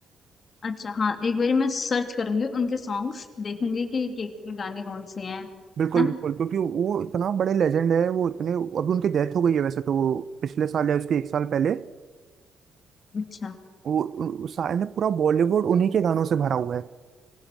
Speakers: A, on the left; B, on the right.
A: अच्छा हाँ एक बारी मैं सर्च करूंगी उनके सॉन्ग्स देखूंगी कि के, के गाने कौन से हैं
B: बिल्कुल
A: है ना
B: बिल्कुल क्योंकि वो इतना बड़े लेजेंड है वो इतने अभी उनकी डेथ हो गई है वैसे तो वो पिछले साल या उसके एक साल पहले
A: अच्छा
B: वो उ- उ- सारे पूरा बॉलीवुड उन्हीं के गानों से भरा हुआ है